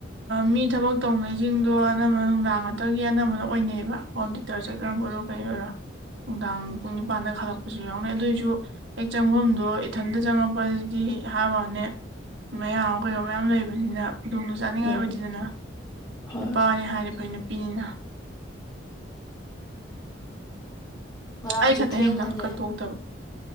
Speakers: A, on the right; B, on the left.
A: ꯃꯤ ꯊꯕꯛ ꯇꯧꯅꯩꯁꯤꯡꯗꯣ ꯑꯅꯝꯕ ꯅꯨꯡꯗꯥꯡ ꯉꯥꯛꯇꯒꯤ ꯑꯅꯝꯕꯅ ꯑꯣꯏꯅꯩꯌꯦꯕ ꯍꯣꯝ ꯆ ꯆꯠ꯭ꯅꯕ
B: ꯎꯝ
A: ꯑꯣꯢꯔꯣ ꯀꯩ ꯑꯣꯢꯔꯣ ꯅꯨꯡꯗꯥꯡ
B: ꯎꯝ
A: ꯄꯨꯡ ꯅꯤꯄꯥꯟꯗ ꯈꯜꯂꯛꯄꯁꯨ ꯌꯥꯎꯅꯩ ꯑꯗꯨꯑꯣꯏꯁꯨ ꯍꯦꯛ ꯆꯪꯐꯝꯗꯣ ꯏꯊꯟꯇ ꯆꯪꯉꯛꯄ ꯗꯤ ꯍꯥꯎꯋꯥꯅꯦ ꯃꯌꯥꯝ ꯀꯣꯏꯕ ꯃꯌꯥꯝ ꯂꯩꯕꯅꯤꯅ ꯈꯨꯗꯣꯡꯗꯣꯡ ꯆꯥꯅꯤꯡꯉꯥꯏ
B: ꯎꯝ
A: ꯑꯣꯏꯗꯗꯅ
B: ꯍꯣꯏ
A: ꯅꯨꯄꯥꯅꯤ ꯍꯥꯏꯔꯤꯕ ꯅꯨꯄꯤꯅꯤꯅ
B: ꯉꯔꯥꯡꯁꯨ
A: ꯑꯩ ꯈꯛꯇ
B: ꯊꯦꯡꯍꯜꯂꯦ
A: ꯅꯨꯡꯗꯥꯡ ꯀꯠꯇꯣꯛꯇꯕ